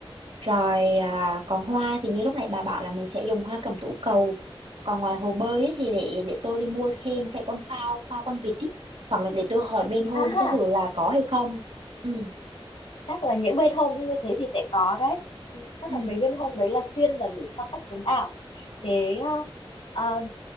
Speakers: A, on the right; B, on the left.
A: rồi à, còn hoa thì như lúc nãy bà bảo là mình sẽ dùng hoa cẩm tú cầu. Còn ngoài hồ bơi ấy, thì để để tôi đi mua thêm cái con phao, phao con vịt ý. Hoặc là để tôi hỏi bên hôm
B: ha ha
A: có kiểu là có hay không. Ừ,
B: chắc là những bên hôm như thế thì sẽ có đấy chắc
A: ừ,
B: là mấy bên hôm đấy là chuyên là để cho khách sống ảo thế ờ, ờ,